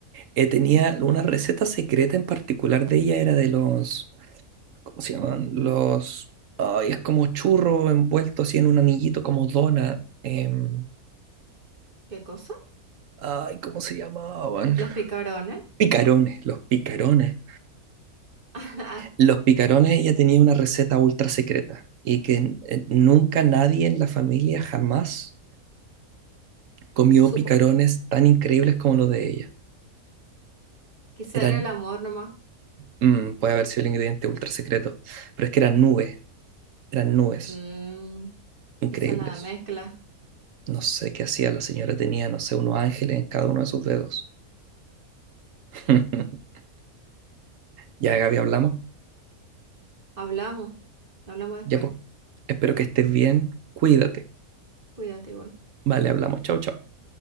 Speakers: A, on the right; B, on the right.
A: Eh, tenía una receta secreta en particular de ella, era de los, ¿cómo se llaman? Los, ay, es como churro envuelto así en un anillito como dona. em,
B: ¿Qué cosa?
A: ay, ¿cómo se llamaban?
B: Los picarones.
A: Picarones, los picarones.
B: <laughs> Ah,
A: Los picarones, ella tenía una receta ultra secreta y que eh, nunca nadie en la familia jamás comió
B: Supo.
A: picarones tan increíbles como los de ella.
B: Quizá
A: Eran,
B: era el amor nomás.
A: mm, puede haber sido el ingrediente ultra secreto, pero es que eran nubes, eran nubes
B: Mm,
A: increíbles.
B: quizá la mezcla.
A: No sé qué hacía la señora, tenía, no sé, unos ángeles en cada uno de sus dedos. <laughs> Ya, Gaby, hablamos.
B: Hablamos. Hablamos después.
A: Ya, pues. Espero que estés bien. Cuídate.
B: Cuídate igual.
A: Vale, hablamos. Chao, chao.